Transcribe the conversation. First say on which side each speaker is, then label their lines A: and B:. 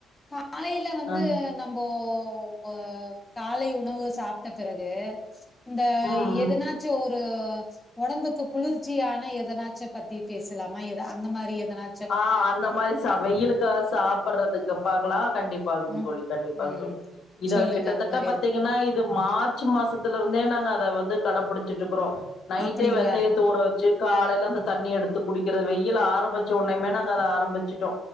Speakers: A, on the left; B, on the left.
A: காலையில வந்து
B: அ.
A: நம்போ அ காலை உணவு சாப்ட்ட பிறகு இந்த
B: ம்.
A: எதனாச்சு ஒரு ஒடம்புக்கு குளிர்ச்சியான எதனாச்ச பத்தி பேசலாமா எத அந்த மாரி எதனா
B: ஆ அந்த மாரி ச வெயிலுக்கா சாப்பிறதுக்கு பாக்கலா கண்டிப்பாங்
A: ம்
B: தோழி கண்டிப்பாங்
A: ம்
B: தோழி இத
A: சொல்லுங்க
B: கிட்டத்தட்ட
A: அந்த மாரி
B: பாத்தீங் என்னா இது மார்ச் மாசத்துல இருந்தே நாங்க அத வந்து கடபுடிச்சிட்டு இருக்குறோ நைட்டே
A: அப்டிங்களா
B: வெந்தயத்த உற வச்சு காலையில அந்த தண்ணிய எடுத்து குடிக்கிற வெயில் ஆரம்பிச் சோ ஒன்னய மாரி நாங்க அத ஆரம்பச்சிட்டோ